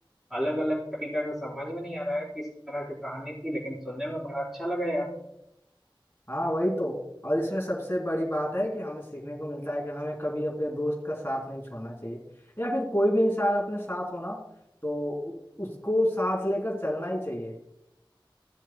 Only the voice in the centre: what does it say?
अलग अलग तरीका का समझ में नहीं आ रहा है किस तरह की कहानी थी लेकिन सुनने में बड़ा अच्छा लगा यार